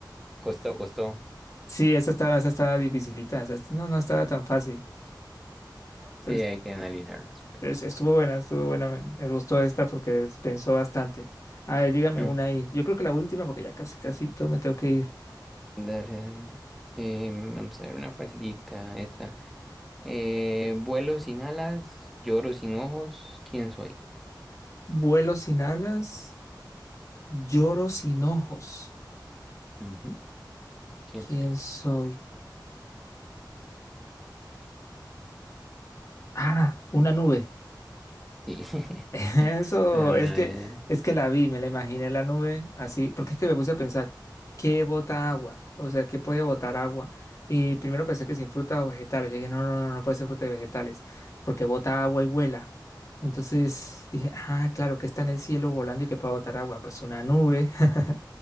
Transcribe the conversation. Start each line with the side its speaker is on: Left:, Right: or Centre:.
Centre: Costó, costó.
Left: Sí, esa estaba, esa estaba dificilita, esa est- no, no estaba tan fácil.
Centre: Sí,
Left: Pero es-
Centre: hay que analizarlas. pero-
Left: pero es- estuvo buena, estuvo buena. Me, me gustó esta porque es- pensó bastante. A ver, dígame
Centre: Mm,
Left: una ahí. Yo creo que la última, porque ya casi, casi todo me tengo que ir.
Centre: Dale, dale. Eh, vamos a ver una facilita, esta. Eh, vuelo sin alas, lloro sin ojos, ¿quién soy?
Left: Vuelo sin alas, lloro sin ojos.
Centre: Ujú, ¿Quién
Left: ¿Quién
Centre: soy?
Left: soy? Ah, una nube.
Centre: Sí. <laughs>
Left: <laughs> Eso,
Centre: Eh,
Left: es que, es que la vi, me la imaginé la nube así, porque es que me puse a pensar, ¿qué bota agua? O sea, ¿qué puede botar agua? Y primero pensé que sin fruta o vegetales. Le dije, no, no, no, no puede ser fruta y vegetales, porque bota agua y vuela. Entonces dije, ah, claro, que está en el cielo volando y que puede botar agua. Pues una nube. <laughs>